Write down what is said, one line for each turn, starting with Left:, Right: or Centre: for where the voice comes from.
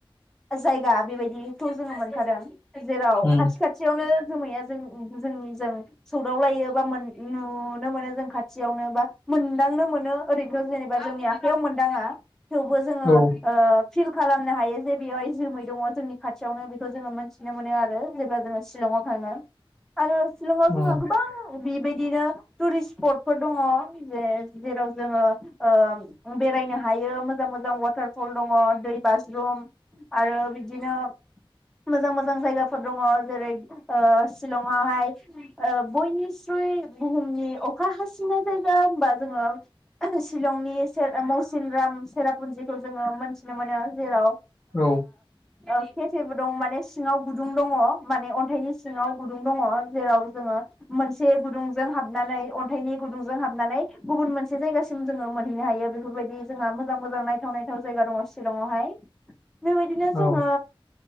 Centre: जायगा बेबायदिथ' जोङो मोनखादों जेराव
Left: उम
Centre: खाथि खाथियावनो जोमैया जों जोंनि जों सौदाव लायो बा नुनो मोनो जों खाथियावनो बा मोनदांनो मोनो ओरैनोथ' जेनेबा जोंनि आखाइयाव मोनदाङा थेवबो जोङो
Left: औ
Centre: ओ फिल खालामनो हायो जे बेवहाय जोमै दङ जोंनि खाथियावनो बेखौ जोङो मोनथिनो मोनो आरो जेब्ला जोङो शिलंआव थाङो। आरो सिलंआव जोंहा
Left: उम
Centre: गोबां बिबायदिनो टुरिस्ट स्पटफोर दङ। जे जेराव जोङो ओ बेरायनो हायो मोजां मोजां वाटार फल दङ दै बाज्रुम आरो बिदिनो मोजां मोजां जायगाफोर दङ जेरै ओ सिशलङावहाय बयनिस्रुइ बुहुमनि अखा हासिन्नाय जायगा गा होनबा जोङो शिलंनि से मौसिनराम सेरापुन्जिखौ जोङो मोनथिनो मोनो जेराव
Left: औ
Centre: ओ खेफेबो दं मान सिङाव गुुं दङ मान अन्थाइनि सिङाव गुदुं दङ जेराव जोङो मोनसे गुदुंजों हाबनानै अन्थाइनि गुदुंजों हाब नानै गुबुन मोनसे जायगासिम जोङो मोनहैनो हायो बेफोरबायदि जोंहा मोजां मोजां नायथाव नायथाव जायगा दङ शिलङावहाय। बेबायदिनो
Left: औ
Centre: जोङो